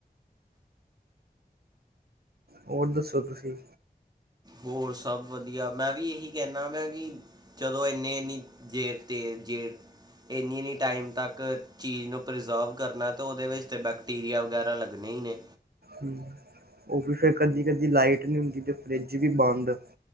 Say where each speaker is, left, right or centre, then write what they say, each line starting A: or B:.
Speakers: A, on the right; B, on the right.
A: ਹੋਰ ਦੱਸੋ ਤੁਸੀਂ?
B: ਹੋਰ ਸਭ ਵਧੀਆ ਮੈਂ ਵੀ ਇਹੀ ਕਹਿਣਾ ਹੁਣਾ ਕਿ ਜਦੋਂ ਇੰਨੀ ਇੰਨੀ ਦੇਰ ਤੇਰ ਜੇਰ ਇੰਨੀ ਇੰਨੀ ਟਾਈਮ ਤੱਕ ਚੀਜ਼ ਨੂੰ ਪ੍ਰੀਜ਼ਰਵ ਕਰਨਾ ਤਾਂ ਉਹਦੇ ਵਿੱਚ ਤਾਂ ਬੈਕਟੀਰੀਆ ਵਗੈਰਾ ਲੱਗਣੇ ਹੀ ਨੇ।
A: ਹੂੰ ਉਹ ਵੀ ਫਿਰ ਕਦੀ ਕਦੀ ਲਾਈਟ ਨਹੀਂ ਹੁੰਦੀ ਤੇ ਫਰਿੱਜ ਵੀ ਬੰਦ।